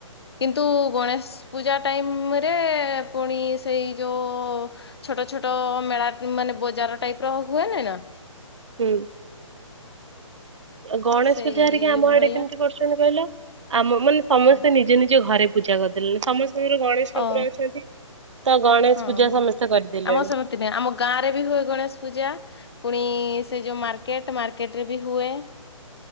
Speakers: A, on the left; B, on the right.
A: କିନ୍ତୁ ଗଣେଶ ପୂଜା ଟାଇମରେ ପୁଣି ସେଇ ଯୋ ଛୋଟ ଛୋଟ ମେଳା ମାନେ ବଜାର ଟାଇପ ର ହୁଏ ନି ନା?
B: ହୁଁ। ଗଣେଶ
A: ସେଇ
B: ପୂଜା ହେରିକା ଆମ
A: ଭଳିଆ
B: ଆଡେ କେମିତି କରୁଛନ୍ତି କହିଲ ଆମ ମାନେ ସମସ୍ତେ
A: ହଁ
B: ନିଜ ନିଜ ଘରେ ପୂଜା କରିଦେଲେଣି ସମସ୍ତଙ୍କର ଗଣେଶ ଠାକୁର
A: ଓ
B: ଅଛନ୍ତି ତ ଗଣେଶ
A: ହଁ
B: ପୂଜା
A: ହଁ
B: ସମସ୍ତେ କରିଦେଲେଣି।
A: ଆମ ସେମିତି ଆମ ଗାଁରେ ବି ହୁଏ ଗଣେଶ ପୂଜା। ପୁଣି ସେ ଯଉ ମାର୍କେଟ ମାର୍କେଟ ରେ ବି ହୁଏ।